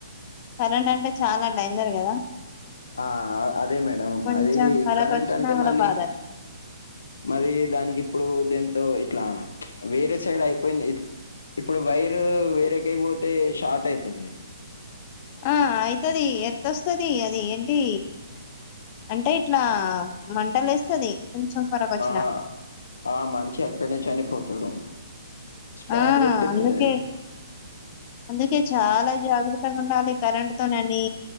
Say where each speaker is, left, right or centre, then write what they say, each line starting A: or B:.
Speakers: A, on the left; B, on the left.
A: కరెంట్ అంటే చాలా డెంజర్ కదా
B: ఆ అదే మేడం
A: కొంచెం
B: అది
A: కళకు
B: కరెంట్
A: వచ్చినా
B: అంటే
A: కూడా
B: మళ్ళీ
A: బాధనే
B: మరి దానికి ఇప్పుడు దీంతో ఇట్లా వేరే సైడ్ అయిపోయింది ఇప్పుడు వైరు వేరేకయి పోతే షార్ట్ అయితది
A: ఆ అయితది ఎట్లొస్తది అది అది ఏంటి అంటే ఇట్లా మంటలు లేస్తది కొంచెం కొరకు వచ్చిన
B: ఆ ఆ మనిషి అక్కడ్నె చనిపోతాడు స్పాట్
A: ఆ
B: కొట్టి
A: అందుకే
B: అది
A: అందుకే చాలా జాగ్రత్తగా ఉండాలి కరెంట్ తోనని